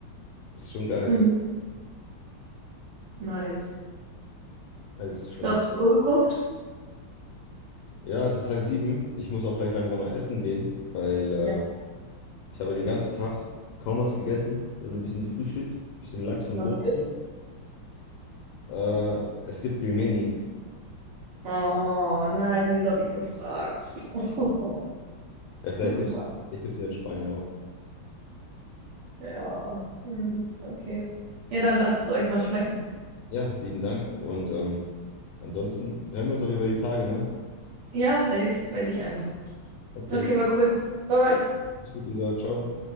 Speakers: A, on the left; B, on the right.
A: das ist schon
B: <laughs>
A: geil. ey.
B: Nice.
A: Also, Das ist schon,
B: Hast du auf die Uhr geguckt?
A: ja, es ist halb sieben. Ich muss auch gleich langsam mal essen gehen, weil äh,
B: Ja,
A: ich habe den ganzen Tag kaum was gegessen. Ich habe nur ein bisschen gefrühstückt, ein bisschen Lachs und
B: noch
A: Brot.
B: ein Tipp?
A: Äh, es gibt Pilmeni.
B: Oh nein, wieso habe ich gefragt? <laughs> Oh,
A: Ja, vielleicht
B: so gemacht.
A: gibt es vielleicht gibt's die in Spanien auch.
B: Ja, hm, okay. Ja, dann lasst es euch mal schmecken.
A: Ja, lieben Dank. Und ähm, ansonsten hören wir uns auf jeden Fall die Tage, ne?
B: Ja, safe. meld dich einfach.
A: Okay.
B: Okay, war cool. Bye, bye.
A: Mach's gut, Lisa. Ciao.